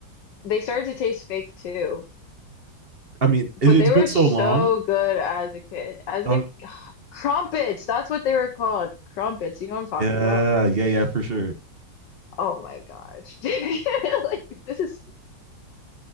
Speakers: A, on the left (about 70°); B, on the right (about 35°).
A: they started to taste fake too.
B: I mean, it,
A: But
B: it's
A: they
B: been
A: were
B: so
A: so
B: long.
A: good as a kid. As
B: I don't-
A: a <sighs> crumpets, that's what they were called. Crumpets, you know what
B: <laughs>
A: I'm talking
B: yeah,
A: about?
B: yeah, yeah, for sure.
A: Oh my gosh. <laughs> Like this is